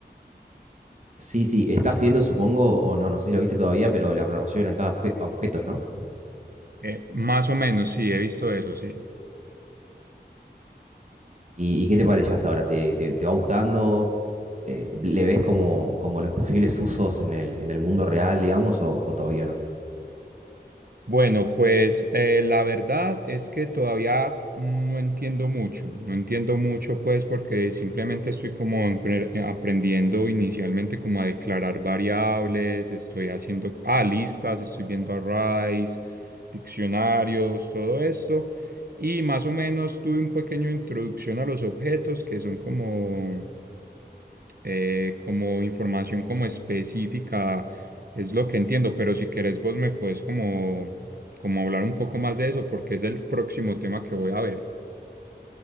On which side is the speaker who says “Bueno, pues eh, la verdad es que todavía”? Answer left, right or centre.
Right